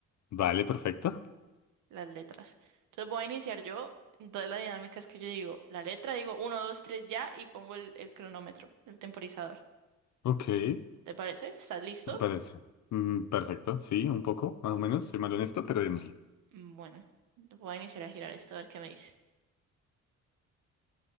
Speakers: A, on the left; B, on the right.
A: Vale, perfecto.
B: las letras. Entonces voy a iniciar yo. Entonces la dinámica es que yo digo la letra, digo uno 2 3 ya y pongo el, el cronómetro, el temporizador.
A: Ok, me
B: ¿Te parece? ¿Estás listo?
A: parece. Mm, perfecto, sí, un poco, más o menos. Soy malo en esto, pero démosle.
B: Bueno, voy a iniciar a girar esto a ver qué me dice.